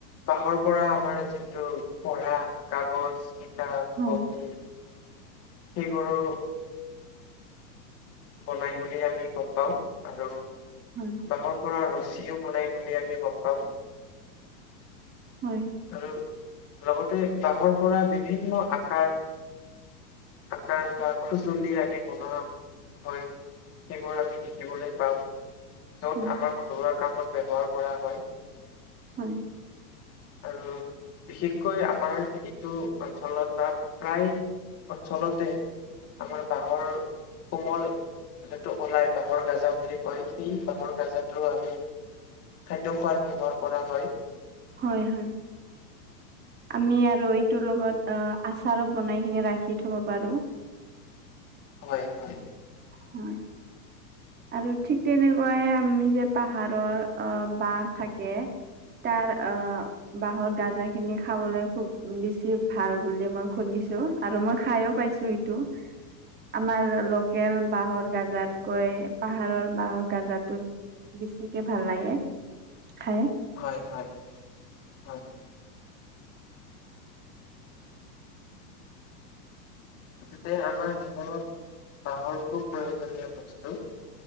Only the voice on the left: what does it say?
বাঁহৰ পৰা আমাৰ যিটো পঢ়া, কাগজ, কিতাপ
<unintelligible> সেইবোৰো বনাই বুলি আমি গম পাওঁ। আৰু
বাঁহৰ পৰা ৰছীও বনাই বুলি আমি গম পাওঁ।
আৰু লগতে বাঁহৰ পৰা বিভিন্ন আকাৰ কাৰ বা খুজুলি আদি বনোৱা হয়। সেইবোৰ আমি দেখিবলৈ পাওঁ, য'ত
আমাৰ ঘৰুৱা কামত ব্যৱহাৰ কৰা হয়।
আৰু বিশেষকৈ আমাৰ এইটো অঞ্চলত প্ৰায় অঞ্চলতে, আমাৰ বাঁহৰ কোমল যিটো ওলাই বাঁহৰ গাজা বুলি কয়, সেই বাঁহৰ গাজাটো আমি খাদ্য খোৱাত ব্যৱহাৰ কৰা হয়।
হয়, হয়।
হয়, হয়, হয়। যতে আমাৰ জীৱনত বাঁহৰ খুব প্ৰয়োজনীয় বস্তু।